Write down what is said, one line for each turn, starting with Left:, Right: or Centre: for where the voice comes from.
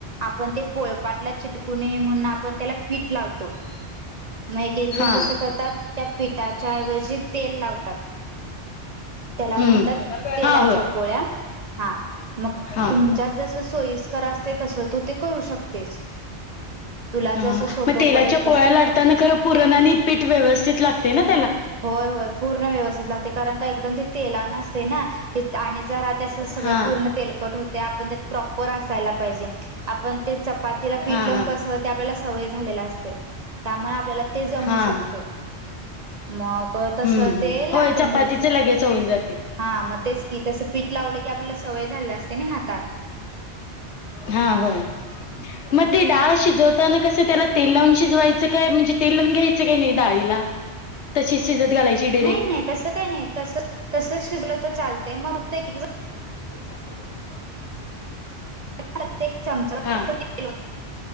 Right: आपण ते पाटला चिटकू नये म्हणून आपण त्याला पीठ लावतो मग एक एक जण
Left: हा
Right: कसं करतात त्या पिठाच्या ऐवजी तेल लावतात त्याला
Left: हम्म
Right: म्हणतात तेलाच्या
Left: हा होय
Right: पोळ्या हा मग
Left: हा
Right: तुमच्यात जस सोयीस्कर असते तस तू ते करू शक तेस तुला
Left: हा
Right: जसं सोपं
Left: मग तेलाच्या
Right: पडेल
Left: पोळ्या
Right: तसं.
Left: लाटताना खरं पुरण आणि पीठ व्यवस्थित लागते ना <unintelligible> <inaudible>
Right: होय होय पूर्ण व्यवस्थित लागते कारण काय <unintelligible> <inaudible> <unintelligible> तेला नते ना ज सगळ
Left: हा
Right: पूर्ण तेलकट होते आप प्रोपर अस सायला पाहिजे आपण ते चपातीला
Left: हा
Right: पीठ लावून
Left: हा हा
Right: कस ते आपल्याला सवय झालेला असते त्यामुळे आपल्याला ते जमू
Left: हा
Right: शकते <unintelligible> मग तसं
Left: हम्म हम्म
Right: ते
Left: होय
Right: लाटून
Left: चपातीच
Right: घ्यायचं
Left: लगेच होऊन जाते
Right: हा मग तेच की तसं पीठ लावलं की आपल्याला सवय झाली असते ना हातात
Left: हा होय मग ते डाळ शिजवत कस त्याला तेल लावून शिजवायचं काय म्हणजे तेल लावून घ्यायचं काय नाही डाळीला तशी शिजत घालायची डिरेक्ट
Right: नाही नाही तस काही नाही तस तस शिजलं तर चालतय मग फक्त एक एक जण म
Left: ते ्य <unintelligible> <inaudible>
Right: प्रतेक चमचा
Left: हा
Right: फक्त ते